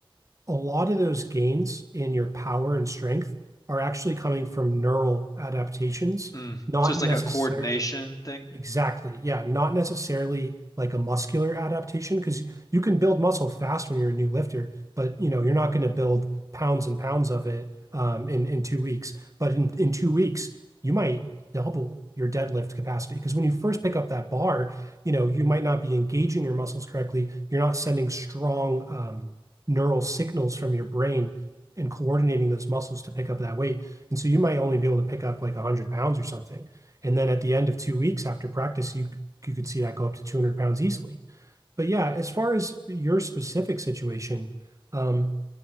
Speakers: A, on the right; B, on the left.
A: a lot of those gains in your power and strength are actually coming from neural adaptations,
B: Mm.
A: not
B: So it's like
A: necessarily
B: a coordination thing.
A: Exactly. Yeah. Not necessarily like a muscular adaptation because you can build muscle fast when you're a new lifter, but you know, you're not going to build pounds and pounds of it um, in, in two weeks. But in, in two weeks, you might double your deadlift capacity because when you first pick up that bar, you know, you might not be engaging your muscles correctly. You're not sending strong um, neural signals from your brain and coordinating those muscles to pick up that weight. And so you might only be able to pick up like 100 pounds or something. And then At the end of two weeks after practice, you you could see that go up to 200 pounds easily. But Yeah, as far as your specific situation, um,